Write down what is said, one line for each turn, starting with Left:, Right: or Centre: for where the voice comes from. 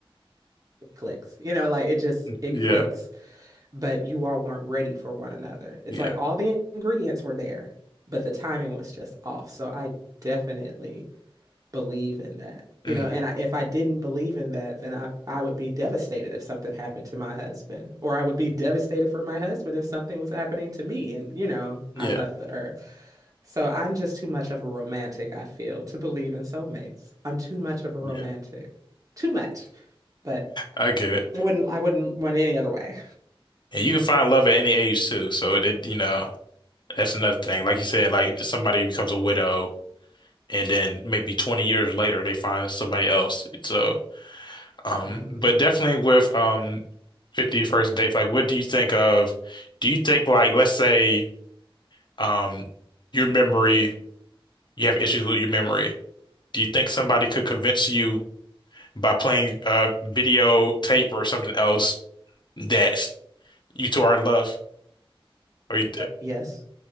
Right: it clicks. You know, like it just it
Left: Yeah.
Right: clicks. But you all weren't ready for one another. It's
Left: Yeah.
Right: like all the ingredients were there, but the timing was just off. So I definitely believe in that.
Left: Mm.
Right: You know, and I, if I didn't believe in that, then I I would be devastated if something happened to my husband, or I would be devastated for my husband if something was happening to me and, you know,
Left: Yeah.
Right: I left the earth. So I'm just too much of a romantic, I feel, to believe in soulmates. I'm too much of a romantic.
Left: Yeah.
Right: Too much. But
Left: I get it.
Right: I wouldn't I wouldn't run it any other way.
Left: And you can find love at any age too. So it, it, you know, that's another thing. Like you said, like somebody becomes a widow and then maybe 20 years later they find somebody else. So Um,
Right: hmm
Left: but definitely with um 50 first dates, like what do you think of do you think like let's say um your memory you have issues with your memory. Do you think somebody could convince you by playing uh video tape or something else that you two are in love? Or you
Right: Uh, yes.